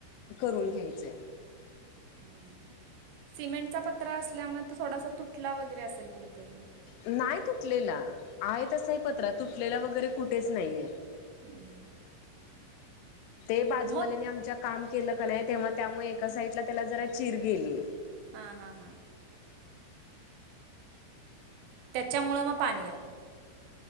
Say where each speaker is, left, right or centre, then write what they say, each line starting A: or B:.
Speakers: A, on the left; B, on the right.
A: करून घ्यायचेंय.
B: हम सिमेंटचा पत्रा असल्यामुळे थोडासा तुटला वगैरे असेल कुठेतरी मग.
A: नाही तुटलेला आहे तसं आहे पत्रा, तुटलेला वगैरे कुठेच नाहीये.
B: हम्म
A: ते बाजूवाल्याने
B: मग
A: आमच्या काम केलं का नाही, तेव्हा त्यामुळे एका साईडला त्याला जरा चिर गेली.
B: हा हा हा. त्याच्यामुळं मग पाणी आलं.